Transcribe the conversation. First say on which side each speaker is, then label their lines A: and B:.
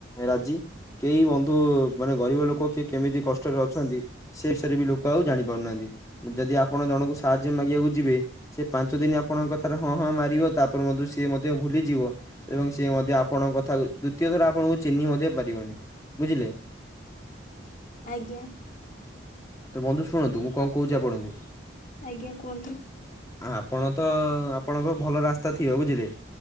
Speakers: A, on the left; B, on the left.
A: ରାଜି କେହି ବନ୍ଧୁ ମାନେ ଗରିବ ଲୋକ କିଏ କେମିତି କଷ୍ଟରେ ଅଛନ୍ତି ସେ ବିଷୟରେ ବି ଲୋକ ଆଉ ଜାଣିପାରୁନାହାନ୍ତି ଯଦି ଆପଣ ଜଣଙ୍କୁ ସାହାଯ୍ୟ ମାଗିବାକୁ ଯିବେ। ସେ ପାଞ୍ଚ ଦିନ ଆପଣଙ୍କ କଥାରେ ହଁ ହଁ ମାରିବ ତାପରେ ମଧ୍ୟ ସିଏ ମଧ୍ୟ ଭୁଲିଯିବ। ଏବଂ ସିଏ ମଧ୍ୟ ଆପଣଙ୍କ କଥା କୁ ଦ୍ଵିତୀୟ ଥର ଆପଣଙ୍କୁ ଚିହ୍ନି ମଧ୍ୟ ପାରିବନି ବୁଝିଲେ।
B: ଆଜ୍ଞା।
A: ତ ବନ୍ଧୁ ଶୁଣନ୍ତୁ ମୁଁ କଣ କହୁଛି ଆପଣଙ୍କୁ।
B: ଆଜ୍ଞା କୁହନ୍ତୁ।
A: ଆଉ ଆପଣ ତ ଆପଣଙ୍କ ଭଲ ରାସ୍ତା ଥିବ ବୁଝିଲେ।